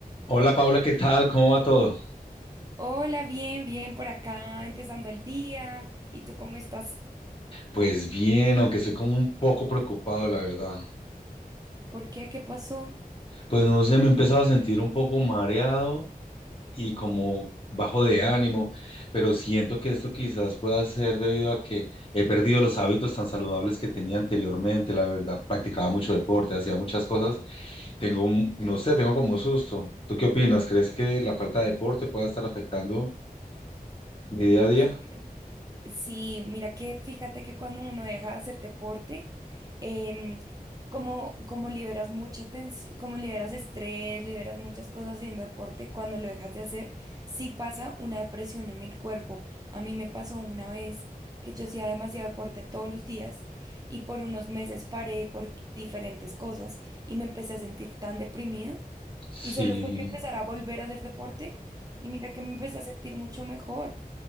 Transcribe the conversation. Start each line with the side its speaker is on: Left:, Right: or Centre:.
Left: Hola Paula, ¿qué tal? ¿Cómo va todo?
Right: Hola, bien, bien por acá, empezando el día. ¿Y tú cómo estás?
Left: Pues bien, aunque estoy como un poco preocupado, la verdad.
Right: ¿Por qué? ¿Qué pasó?
Left: Pues no sé, me he empezado a sentir un poco mareado y como bajo de ánimo, pero siento que esto quizás pueda ser debido a que he perdido los hábitos tan saludables que tenía anteriormente, la verdad. Practicaba mucho deporte, hacía muchas cosas. Tengo un, no sé, tengo como un susto. ¿Tú qué opinas? ¿Crees que la falta de deporte pueda estar afectando mi día a día?
Right: Yo, sí, mira que fíjate que cuando uno deja de hacer deporte, em, como, como liberas mucha tensión, como liberas estrés, liberas muchas cosas haciendo deporte, cuando lo dejas de hacer, sí pasa una depresión en el cuerpo. A mí me pasó una vez que yo hacía demasiado deporte todos los días y por unos meses paré por diferentes cosas y me empecé a sentir tan deprimida
Left: Sí.
Right: Y solo fue que empezar a volver a hacer deporte y mira que me empecé a sentir mucho mejor.